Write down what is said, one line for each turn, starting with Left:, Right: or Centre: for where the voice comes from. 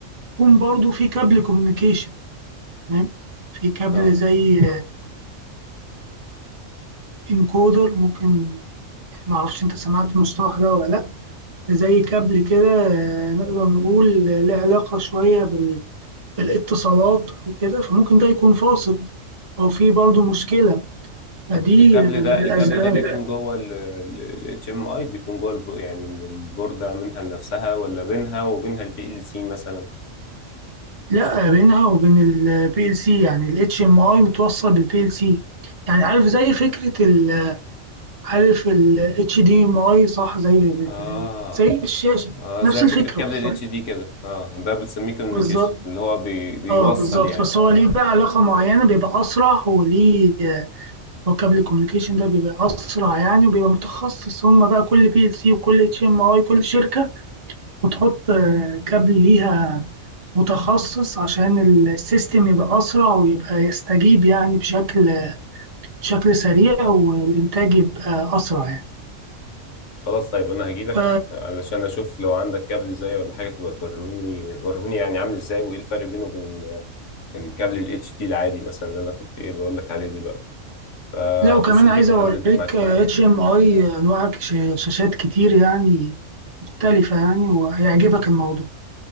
Right: يكون برضه في كابل كوميونيكيشن تمام في كابل
Left: اه
Right: زي انكودر ممكن معرفش انت سمعت المصطلح ده ولا لا زي كابل كده آه، نقدر نقول آه، له علاقة شوية بال... بالاتصالات أو كده فممكن ده يكون فاصل أو في برضه مشكلة فدي
Left: طب الكابل
Right: آه، من
Left: ده
Right: الأسباب
Left: الكابل ده بيكون جوه ال اتش ام اي بيكون جوه الب- يعني من البوردة منها لنفسها ولا بينها وبينها البي ال سي مثلا
Right: لا بينها وبين البي ال سي يعني ال HDMI متوصل بالبي ال سي يعني عارف زي فكرة ال... عارف ال HDMI صح زي ال...
Left: اه
Right: زي الشاشة
Left: اه
Right: نفس
Left: زي
Right: الفكرة
Left: فكرة كابل
Right: بالظبط
Left: الاتش دي كده اه ده بتسميه كوميونيكيشن
Right: بالظبط
Left: اللي هو بي بيوصل
Right: اه بالظبط
Left: يعني
Right: بس هو
Left: اه
Right: ليه بقى علاقة معينة بيبقى أسرع وليه هو كابل الكوميونيكيشن ده بيبقى اسرع يعني وبيبقى متخصص هم بقى كل بي ال سي وكل اتش ام اي كل شركه بتحط آه، كابل ليها متخصص عشان السيستم يبقى اسرع ويبقى يستجيب يعني بشكل بشكل سريع والانتاج يبقى اسرع يعني
Left: خلاص طيب انا هجيلك
Right: ف...
Left: علشان اشوف لو عندك كابل زي ولا حاجة تبقى توريني وريني يعني عامل ازاي وايه الفرق بينه وبين آه، الكابل الاتش دي العادي مثلا اللي انا كنت ايه بقول لك عليه دلوقتي فهتصل
Right: لا وكمان عايز
Left: بيك واحدد
Right: اوريك
Left: معاك
Right: اتش
Left: ميعاد
Right: ام اي انواع ش- شاشات كتير يعني مختلفه يعني وهيعجبك الموضوع